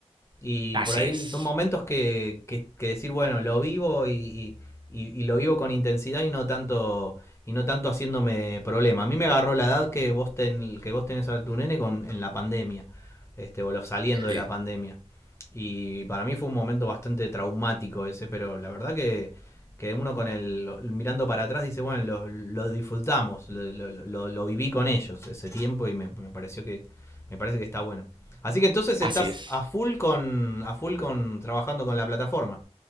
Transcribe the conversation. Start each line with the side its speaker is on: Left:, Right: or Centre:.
Left: Y
Right: Así
Left: por ahí
Right: es.
Left: son momentos que, que, que decir, bueno, lo vivo y, y, y- y lo vivo con intensidad y no tanto y no tanto haciéndome problema. A mí me agarró la edad que vos, ten, que vos tenés a tu nene con, en la pandemia, este, o lo- saliendo
Right: Sí,
Left: de la pandemia. Y para mí fue un momento bastante traumático ese, pero la verdad que, que uno con el, lo- mirando para atrás dice, bueno, lo, lo disfrutamos, lo, lo- lo- lo viví con ellos ese tiempo y me, me pareció que, me parece que está bueno. Así que entonces
Right: así
Left: estás
Right: es.
Left: a full con a full con trabajando con la plataforma